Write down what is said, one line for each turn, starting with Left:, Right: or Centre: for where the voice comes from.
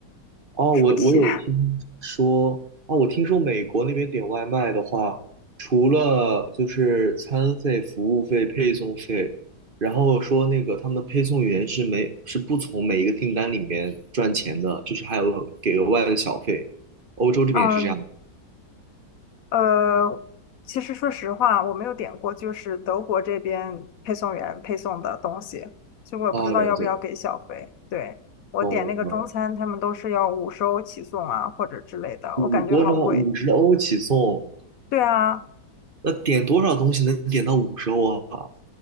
Right: 哦，
Left: 吃不起。
Right: 我我有听说，
Left: <laughs>
Right: 哦，我听说美国那边点外卖的话，除了就是餐费、服务费、配送费，然后说那个他们的配送员是没是不从每一个订单里面赚钱的，就是还有给额外的小费。欧洲这边也是这样。
Left: 嗯，呃，其实说实话，我没有点过，就是德国这边配送员配送的东西，所以我也不知道要不要给小费。
Right: 啊，了解，
Left: 对，我点那个中餐，
Right: 懂了。
Left: 他们都是要五十欧起送啊，或者之类的，
Right: 五多少？
Left: 我感觉好贵。
Right: 五十欧起送，
Left: 对啊，
Right: 那点多少东西能点到五十欧啊？